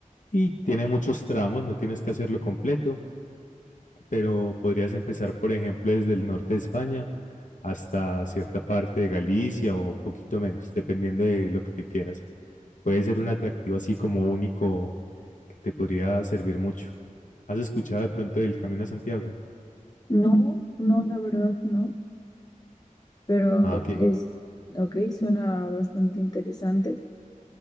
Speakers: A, on the left; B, on the left.
A: y tiene muchos tramos, no tienes que hacerlo completo, pero podrías empezar, por ejemplo, desde el norte de España hasta cierta parte de Galicia o poquito menos, dependiendo de lo que quieras. Puede ser un atractivo así como único que te podría servir mucho. ¿Has escuchado de pronto del Camino a Santiago?
B: No, no, la verdad no, pero
A: Ah, ok.
B: es, ok, suena bastante interesante.